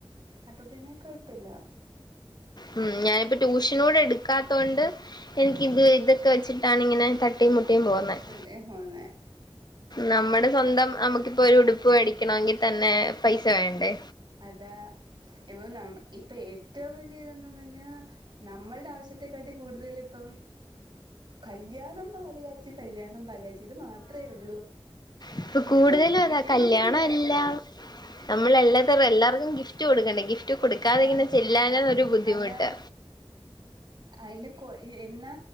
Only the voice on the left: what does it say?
ഉം ഞാനിപ്പ ട്യൂഷനോട് എടുക്കാത്തോണ്ട് എനിക്ക് ഇത് ഇത- ഒക്കെ വെച്ചിട്ടാണ് ഇങ്ങനെ തട്ടിയും മുട്ടിയും പോകുന്നത്
നമ്മുടെ സ്വന്തം നമുക്കിപ്പൊ ഒരു ഉടുപ്പ് മേടിക്കണമെങ്കിൽ തന്നെ പൈസ വേണ്ടേ?
ഇപ്പ
കൂടുതലും
അതാ
കല്യാണം
അല്ല നമ്മൾ എല്ലാത്തും എല്ലർക്കും ഗിഫ്റ്റ് കൊടുക്കണ്ടേ? ഗിഫ്റ്റ് കൊടുക്കാതെങ്ങെന
ചെല്ലാൻ ഒരു ബുദ്ധിമുട്ട്